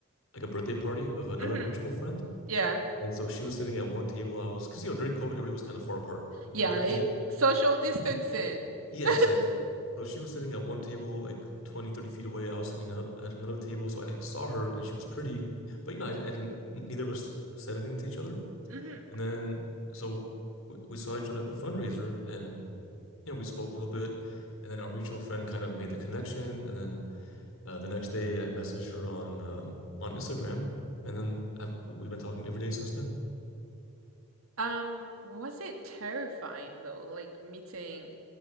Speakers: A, on the left; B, on the right.
A: like a birthday party of another
B: Mm-hmm.
A: mutual friend,
B: Yeah.
A: and so she was sitting at one table. I was because you know during COVID everybody was kind of far apart. You,
B: Yeah, it,
A: you didn't,
B: social distancing. <laughs>
A: yeah, exactly. So she was sitting at one table like 20 30 feet away. I was sitting up at another table, so I saw her and she was pretty, but you know I, I didn't. Neither of us said anything to each other.
B: Mm-hmm.
A: And then so we, we saw each other at the fundraiser and you know we spoke a little bit and then our mutual friend kind of made the connection and then uh, the next day I messaged her on um, on Instagram and then I've, we've been talking every day since then.
B: Um, was it terrifying though, like meeting